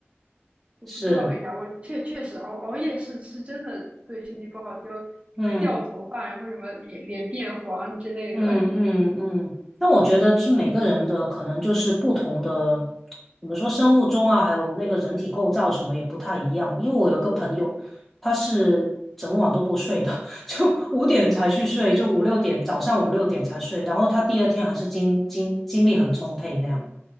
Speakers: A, on the right (about 30°); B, in the centre.
A: 就不知道为啥。
B: 是，
A: 我确确实熬熬夜是是真的对身体不好，就
B: 嗯。
A: 什么掉头发，然后什么脸脸变黄之类的。
B: 嗯嗯嗯，那我觉得是每个人的可能就是不同的，怎么说生物钟啊，还有那个人体构造什么也不太一样。因为我有一个朋友，他是整晚都不睡的，<laughs> 就五点才去睡，就五六点早上五六点才睡，然后他第二天还是精精精力很充沛那样。